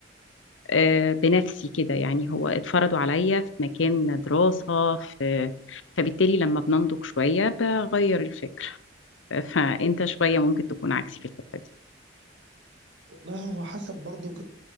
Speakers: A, on the left; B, on the right.
A: آه، بنفسي كده يعني هو اتفرضوا عليا في مكان دراسة في فبالتالي لما بننضج شوية بغير الفكر فأنت شوية ممكن تكون عكسي في الحتة دي
B: والله هو حسب برضو